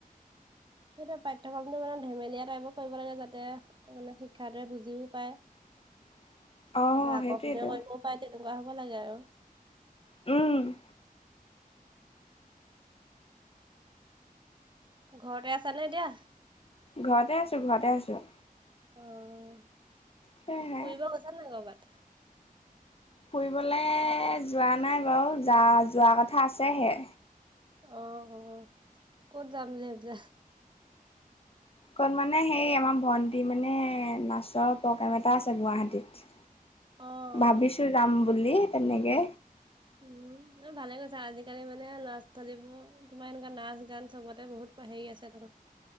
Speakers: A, on the right; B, on the left.
A: সেইটোয়ে পাঠ্যক্ৰমটো মানে ধেমেলীয়া টাইপৰ কৰিব লাগে যাতে মানে শিক্ষাৰ দৰে বুজিও পায়।
B: <inaudible>
A: তাৰছত আকৰ্ষণে
B: সেইটোৱেতো
A: কৰিবও পায় তেনেকুৱা হ'ব লাগে আৰু।
B: উম,
A: ঘৰতে আছা নে এতিয়া?
B: ঘৰতে আছো ঘৰতে আছো।
A: অ',
B: সেয়হে
A: ফুৰিব গৈছা নাই কৰ'বাত?
B: ফুৰিবলৈ যোৱা নাই বাৰু যা যোৱা কথা আছেহে।
A: অ', অ', ক'ত যাম বুলি ভাবিছা?
B: অকণ মানে সেই আমাৰ ভণ্টি মানে নাচৰ প্ৰগ্ৰেম এটা আছে গুৱাহাটীত।
A: অ
B: ভাবিছো
A: অ
B: যাম বুলি তেনেকে।
A: উম, অ', ভালে কৈছা আজিকালি মানে ল'ৰা ছোৱালীবোৰ তোমাৰ এনেকোৱা নাচ গান চবতে বহুত হেৰি আছে।